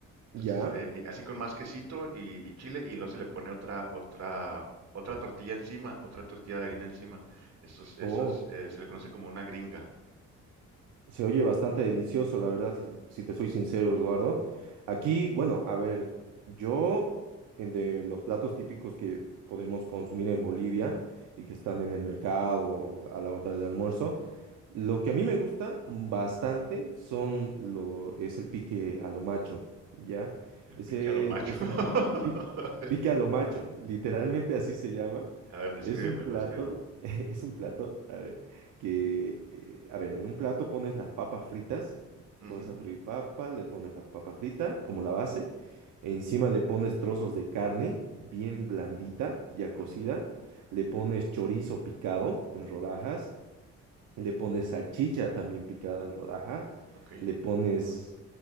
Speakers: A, on the right; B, on the right.
A: Entonces,
B: ya.
A: eh, y así con más quesito y, y chile, y luego se le pone otra, otra, otra tortilla encima, otra tortilla de harina encima. Eso, es- eso
B: Oh.
A: es, eh, se le conoce como una gringa.
B: Se oye bastante delicioso, la verdad, si, si te soy sincero, Eduardo. Aquí, bueno, a ver, yo, en de los platos típicos que podemos consumir en Bolivia y que están en el mercado a la hora del almuerzo, lo que a mí me gusta bastante son lo, es el pique a lo macho, ¿ya?
A: El
B: Ese
A: pique a lo macho.
B: es un
A: <laughs>
B: pi- pique a lo macho, literalmente así se llama.
A: A ver, descríbemelo,
B: Es un plato,
A: descríbemelo.
B: <laughs> es un plato, a ver que, eh, a ver, en un plato pones las papas fritas,
A: Ujú,
B: pones a freír papas, le pones la papa frita como la base, encima le pones trozos de carne bien blandita, ya cocida,
A: ujú,
B: le pones chorizo picado en rodajas, le pones salchicha también picada en rodajas,
A: ok.
B: le pones